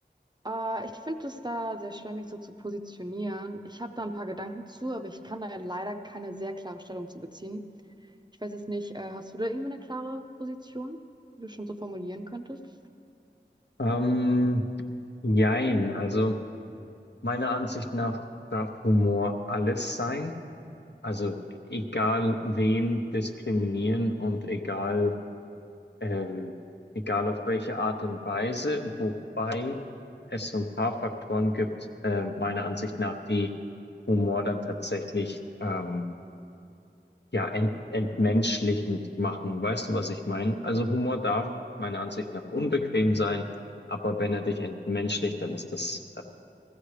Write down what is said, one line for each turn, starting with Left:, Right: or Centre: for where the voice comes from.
Right: Äh, ich finde es da sehr schwer, mich so zu positionieren. Ich habe da ein paar Gedanken zu, aber ich kann da leider keine sehr klare Stellung zu beziehen. Ich weiß jetzt nicht, äh, hast du da irgendwie eine klare Position, die du schon so formulieren könntest?
Left: Ähm, jein, also. Meiner Ansicht nach darf Humor alles sein. Also egal wen diskriminieren und egal, ähm, egal auf welche Art und Weise, wobei es so ein paar Faktoren gibt, äh, meiner Ansicht nach, die Humor dann tatsächlich ähm, ja ent entmenschlichend machen. Weißt du, was ich meine? Also Humor darf meiner Ansicht nach unbequem sein, aber wenn er dich entmenschlicht, dann ist das äh,